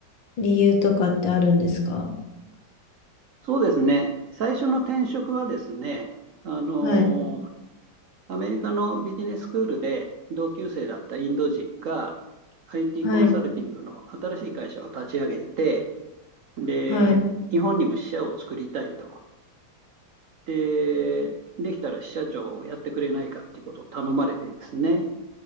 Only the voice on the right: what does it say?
そうですね。最初の転職はですね、あの
アメリカのビジネススクールで同級生だったインド人が IT
コンサルティングの新しい会社を立ち上げて、で、
日本にも支社を作りたいと。で、できたら支社長をやってくれないかっていうことを頼まれてですね。